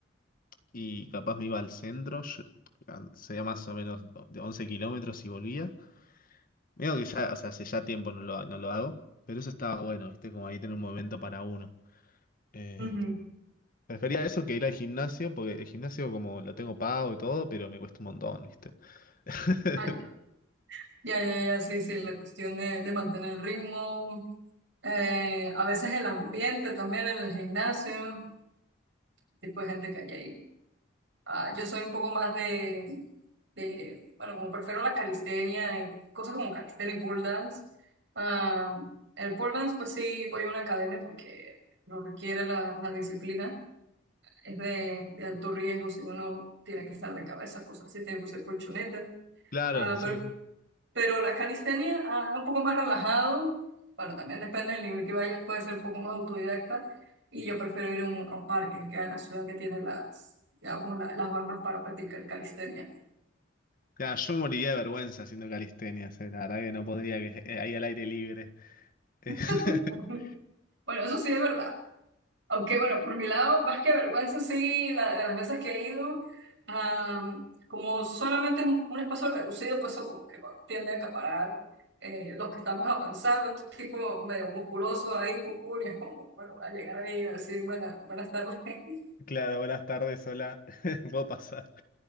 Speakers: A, on the left; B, on the right.
A: y capaz me iba al centro, yo- an- sería más o menos de 11 kilómetros y volvía. Veo que ya, o sea, hace ya tiempo no lo, no lo hago, pero eso estaba bueno, ¿viste? Como ahí tener un momento para uno. Eh,
B: ujú.
A: prefería eso que ir al gimnasio, porque el gimnasio como lo tengo pago y todo, pero me cuesta un montón, ¿viste? <laughs>
B: Ah, ya. Ya, ya, ya, sí, sí, la cuestión de, de mantener el ritmo, eh, a veces el ambiente también en el gimnasio, tipo de gente que hay ahí. Ah, yo soy un poco más de, de, bueno, como prefiero la calistenia, eh, cosas como calistenia y pole dance. Ah, el pole dance, pues sí, voy a una academia porque lo requiere la, la disciplina, es de, de alto riesgo si uno tiene que estar de cabeza, cosas así, tiene que usar colchonetas.
A: Claro,
B: ah
A: sí,
B: pero
A: sí.
B: Pero la calistenia, ah, un poco más relajado, bueno, también depende del nivel que vayas, puede ser un poco más autodidacta, y yo prefiero ir a un, a un parque que queda en la ciudad que tiene las, digamos, la- las barras para practicar calistenia.
A: Claro, yo moriría de vergüenza haciendo calistenia. eh, La verdad que no podría, que eh, ahí al aire libre. Eh,
B: <laughs>
A: <laughs>
B: Bueno, eso sí es verdad. Aunque bueno, por mi lado, más que vergüenza, sí, la- de las veces que he ido, am, como solamente es un, un espacio reducido, pues eso como que no tiende a acaparar eh, los que están más avanzados, estos tipos medio musculosos ahí, cucú, y es como, bueno, a llegar ahí a decir, bueno, buenas tardes. <laughs>
A: claro, buenas tardes, hola. <laughs> Puedo pasar.